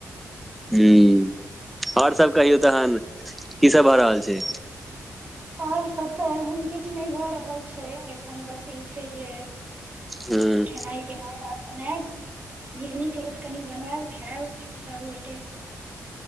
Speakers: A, in the centre; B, on the right (about 30°).
A: ह ओर सब कहियौ तखन की सब भ रहल छै
B: आओर सब तऽ एहन किछु नहि भऽ रहल छै एखन बस ई छै जे
A: हुं
B: खेनाइ पिनाइ आब बनायब नीक नीकोत तनि बनायब खायब सभगोटे